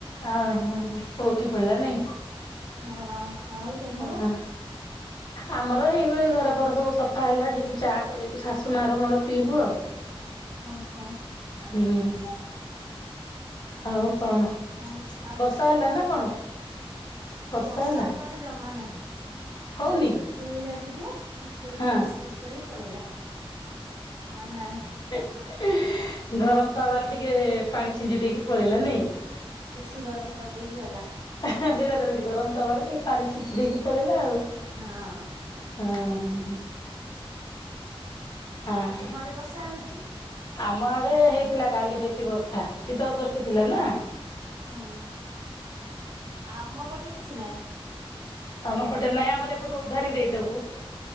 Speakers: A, on the left; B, on the right.
A: ଆ ହା ହା ପୁଅ ଉଠି ପଡ୍‌ଲା ନାଇଁ?
B: ହଁ ଆଉ ତମର?
A: ହାଁ ହାଁ ଆମର ଏଇବେ ଘର ଫର ସବୁ ସଫ୍ ଅ ହେଲା ଯିବୁ ଚା କରିବୁ ଶାଶୁ ମାର ମୋର ପିଇବୁ ଆଉ।
B: ଅ ହ।
A: ହୁଁ ହୁଁ। ଆଉ କଣ
B: ଆଉ ଆଉ
A: ବର୍ଷା ହେଲା ନାଁ କଣ? ବର୍ଷା
B: ୱର୍ଷା
A: ହେଲା?
B: ଆମ ଆଡେ ଜମା ନାହିଁ।
A: ହଉନି
B: ଖାଲି ଉଠେଇଲା ଟିକେ ଉଠେଇ
A: ହଁ
B: ଟିକେ ପିସ୍ ପିସ୍ କରି ପଳେଇଲା। ଆ ନାହିଁ।
A: ଇହ୍ ଗରମ ତାୱାରେ ଟିକେ ପାଣି ଛିଞ୍ଚି ଦେଇକି ପଳେଇଲା ନାଇଁ?
B: ବେଶୀ ଗରମ କରିଦେଇକି ଗଲା।
A: ହେଁ ସେଇଟା ତ କହୁଛି ଗରମ ତାୱାରେ ଟିକେ ପାଣି ଛିଞ୍ଚି ଦେଇକି ପଳେଇଲା ଆଉ।
B: ହଁ।
A: ଆ ହାଁ ହାଁ। ଆ
B: ଆଉ
A: ଆହା।
B: ତମ ଆଡେ ବର୍ଷା ହଉଛି?
A: ଆମ ଆଡେ ହେଇଥିଲା କାଲି ବେଶୀ ବର୍ଷା ଶୀତଳ ଷଷ୍ଠୀ ଥିଲା ନାଁ।
B: ହୁଁ ଆମ ପଟେ କିଛି ନାଇଁ।
A: ଆମ ପଟେ ନାଇଁ ଆମର ଏପଟେ ଉଦ୍ଧାରି ଦେଇଦବୁ।